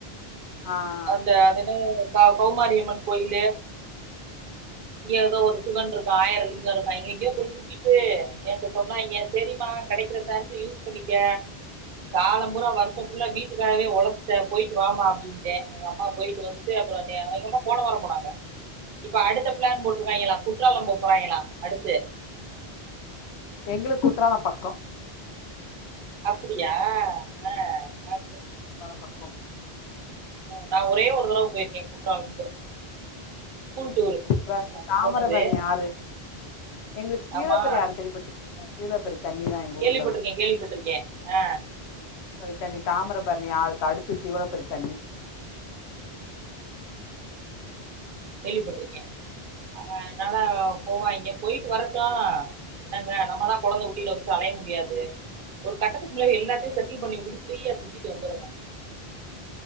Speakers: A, on the left; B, on the right.
A: ஆ
B: அந்த அது என்ன கௌமாரியம்மன் கோயிலு இங்க ஏதோ ஒரு சிவன்ருக்கா ஆயிரோலிங்கோ இருக்கா எங்கெங்கயோ போய் சுத்திட்டு என்ட்ட சொன்னாய்ங்க செரி மா கெடைக்கிற சான்ஸ யூஸ் பண்ணிக்க காலோ பூரா வருஷோ ஃபுல்லா வீட்டுக்காகவே ஒழச்சுட்ட போயிட்டு வாமா அப்டி ந்தே எங்க அம்மா போய்ட்டு வந்துட்டு அப்றோ எங்க அம்மா போன வரோ போனாங்க இப்ப அடுத்த ப்ளான் போட்ருக்காய்ங்களா குற்றாலோ போ போறாய்ங்களா அடுத்து
A: எங்களுக்கு குற்றாலோ பக்கோ
B: அப்டியா ஆ அப்டி
A: குற்றாலோ பக்கோ
B: நா ஒரே ஒரு தடவ போயிருக்கே குற்றாலம்க்கு ஸ்கூல் டூர்
A: ம் குற்றாலோ இந்த
B: அப்ப
A: தாமரபரணி
B: போனது
A: ஆறு எங்களுக்கு சீலப்பறி
B: ஆமா
A: ஆறு கேள்விபட்ருக்கீங்ளா சீலப்பறி தண்ணி தா எங்க
B: கேள்விப்பட்டிருக்கேன்
A: ஊர்ல லா
B: கேள்விப்பட்டிருக்கேன் ஆ
A: பறி தண்ணி தாமிரபரணி ஆறுக்கு அடுத்து சீவலப்பறி தண்ணி
B: கேள்விப்பட்ருக்கே ஆ அதனால போவாய்ங்க போயிட்டு வரட்டு என்னங்க நம்மதா கொழந்த குட்டியில வச்சு அலைய முடியாது ஒரு கட்டத்துக்குள்ளல எல்லாத்தையு செட்டில் பண்ணி விட்டு ஃப்ரீயா சுத்திட்டு வந்தருனு